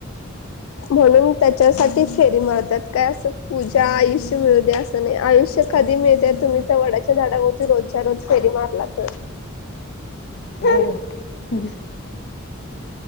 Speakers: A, on the left (about 80°); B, on the left (about 55°).
A: म्हणून त्याच्यासाठी फेरी मारतात काय असं पूजा आयुष्य मिळू दे, असं नाही आयुष्य का कधी मिळत तुम्ही तर वडाच्या झाडाभोती रोजच्या रोज फेरी मारला तर
B: हा बरोबर आहे.